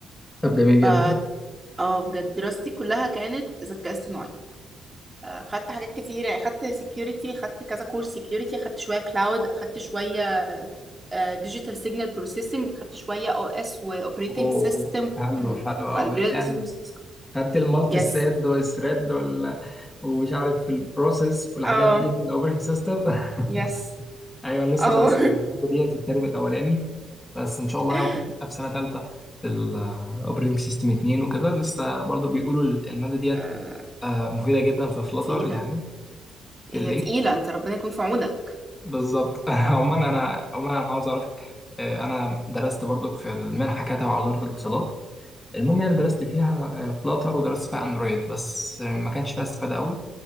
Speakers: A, on the left; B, on the right.
A: طب جميل جدا
B: بدري اه بجد دراستي كلها كانت ذكاء اصطناعي آه، خدت حاجات كتير يعني خدت سكيورتي خدت كذا كورس سكيورتي خدت شويه كلاود خدت شويه ديجيتال سيجنال بروسيسنج خدت شويه او اس واوبريتنج
A: أوه،
B: سيستم
A: حلو حلو قوي
B: والجوريزمز
A: يعني خدت المالتي
B: يس
A: ثريد والثريد وال... ومش عارف البروسيس والحاجات
B: اه
A: دي في الاوبريتنج سيستم <laughs>
B: يس
A: ايوه انا لسه
B: اه
A: دارس الماده ديت الترم الاولاني بس ان شاء الله
B: <laughs>
A: ناوي اكملها في سنه ثالثه الاوبريتنج سيستم 2 وكده لسه برضو بيقولوا الماده ديت
B: آه،
A: آه، مفيده جدا في فلتر
B: تقيله
A: يعني في
B: هي
A: الليل
B: تقيله انت ربنا يكون في عونك
A: بالظبط <laughs> عموما
B: آه،
A: انا عموما انا عاوز اعرفك آه، انا درست برضك في المنحه كده تبع وزاره الاتصالات المهم يعني درست فيها فلاتر ودرست فيها اندرويد بس آه، ما كانش فيها استفادة قوي